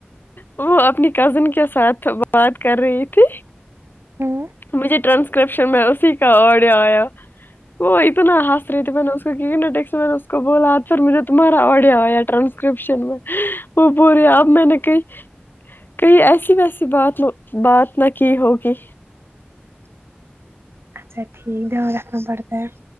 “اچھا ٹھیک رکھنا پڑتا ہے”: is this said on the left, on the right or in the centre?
Right